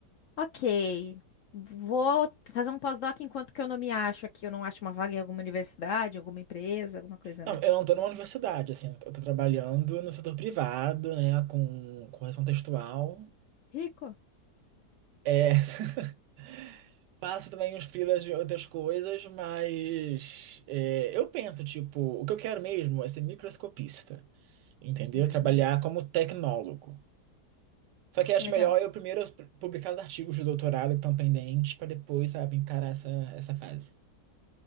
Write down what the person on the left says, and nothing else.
Ok. Vou fazer um pós-doc enquanto que eu não me acho aqui. Eu não acho uma vaga em alguma universidade, alguma empresa, alguma coisa,
né?
Rico?
Hum,
legal.